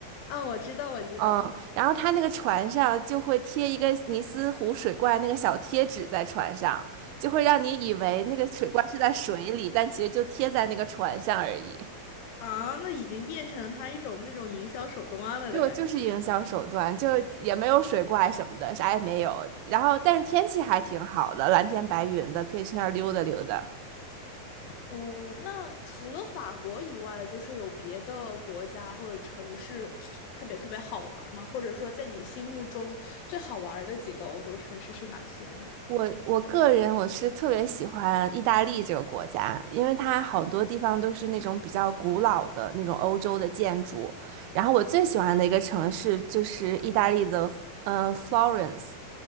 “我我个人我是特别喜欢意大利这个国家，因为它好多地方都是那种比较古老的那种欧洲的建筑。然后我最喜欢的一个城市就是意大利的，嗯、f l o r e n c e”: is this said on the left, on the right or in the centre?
Right